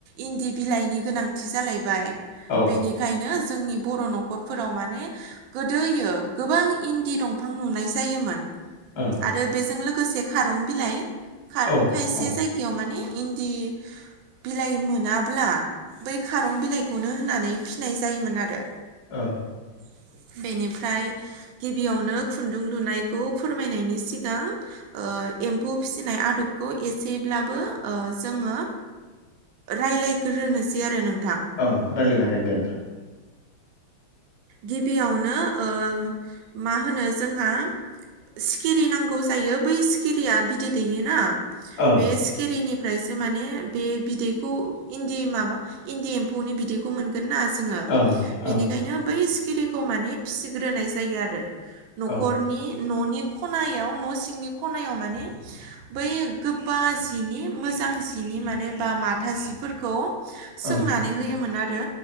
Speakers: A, on the right; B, on the left.
A: इन्दि बिलाइनि गोनांथि जालायबाय।
B: औ
A: बेनिखायनो जोंनि बर' न'खरफोराव माने गोदोयो गोबां इन्दि दंफां नुनाय जायोमोन।
B: ओं
A: आरो बेजों लोगोसे खारं बिलाइ, खा-खायसे
B: औ औ
A: जायगायाव माने इन्दि बिलाइ मोनाब्ला बै खारं बिलाइखौनो होनानै फिनाय जायोमोन आरो।
B: ओं
A: <inaudible> बेनिफ्राय गिबियावनो खुन्दुं लुनायखौ फोरमायनायनि सिगां ओ एम्फौ फिसिनाय आदबखौ एसेब्लाबो ओ जोङो रायलायग्रोनोसै आरो नों
B: ओं रायज्लायनो हागोन दे नोंथां।
A: गिबियावनो ओ मा होनो जोंहा सिखिरि नांगौ जायो बै सिखिरिया बिदै दैयोना
B: ओं
A: बे सिखिरिनिफ्रायसो माने बे बिदैखौ इन्दि माबा इन्दि एम्फौनि बिदैखौ मोनगोन ना जोङो
B: ओं
A: बेनि
B: ओं
A: बै सिखिरिखौ माने फिसिग्रोनाय जायो आरो न'खरनि
B: औ
A: न'नि खनायाव न' सिंनि खनायाव मान बै गोबा जिनि मोजांजि नि माने बा माथा जिफोरखौ सोंनानै
B: ओं
A: होयोमोन आरो